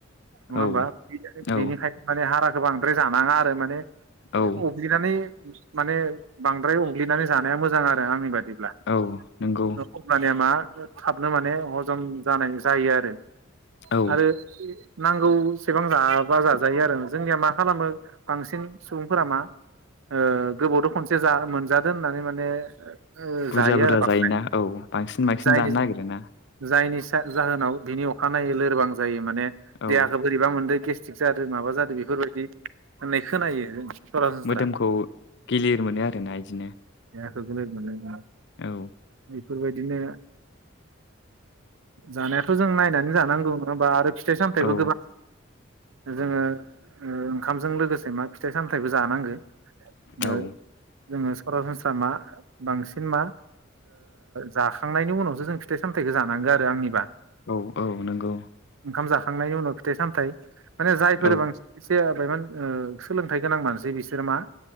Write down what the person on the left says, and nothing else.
औ
औ
औ
औ नोंगौ।
औ
बुरजा
बुरजा
जायोना औ बांसिन बांसिन
जानो नागिरो ना
औ
मोदोमखौ गिलिर मोनो आरोना इदिनो
औ
औ
औ
औ औ नंगौ
औ